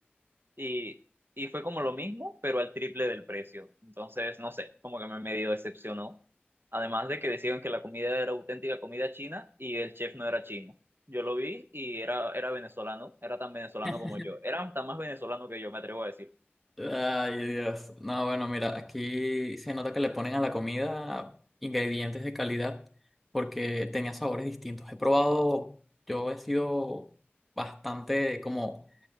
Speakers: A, on the right; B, in the centre.
A: y, y fue como lo mismo, pero al triple del precio. Entonces, no sé, como que me medio decepcionó. Además de que decían que la comida era auténtica comida china y el chef no era chino. Yo lo vi y era, era venezolano, era tan venezolano
B: <laughs>
A: como yo. Era tan más venezolano que yo, me atrevo a decir.
B: Ay, Dios. No, bueno, mira, aquí se nota que le ponen a la comida ingredientes de calidad porque tenía sabores distintos. He probado, yo he sido bastante como